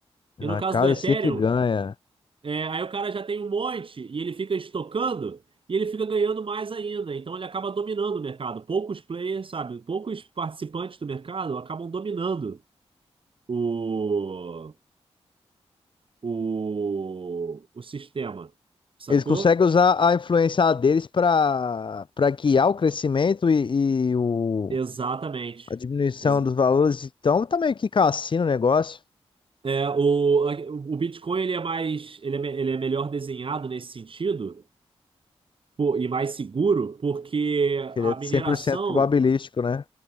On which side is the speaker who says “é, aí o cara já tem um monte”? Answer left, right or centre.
Right